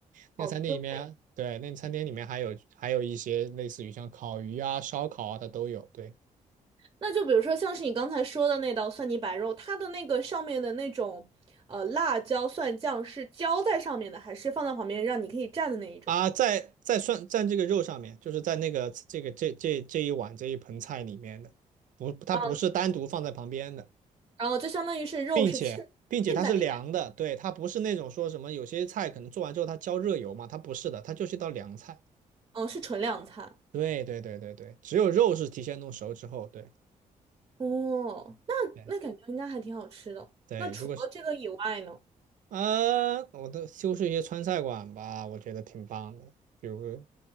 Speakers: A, on the right; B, on the right.
A: 那个餐厅里面，
B: 好滋味。
A: 对，那个餐厅里面还有还有一些类似于像烤鱼啊、烧烤啊，它都有。对
B: 那就比如说，像是你刚才说的那道蒜泥白肉，它的那个上面的那种呃辣椒蒜酱是浇在上面的，还是放在旁边让你可以蘸的那一种？
A: 啊，在在涮在这个肉上面，就是在那个这个这这这一碗这一盆菜里面的，不，它不是单独放在旁边的。
B: 嗯，然后就相当于是肉是浸浸在里面，
A: 并且并且它是凉的，对，它不是那种说什么有些菜可能做完之后它浇热油嘛，它不是的，它就是一道凉菜。
B: 嗯，是纯凉菜。
A: 对对对对对，只有肉是提前弄熟之后，对
B: 哦，那那感觉应该还挺好吃的。
A: 对对，
B: 那除了这个以外呢？
A: 如果是啊，我都修饰一些川菜馆吧，我觉得挺棒的，比如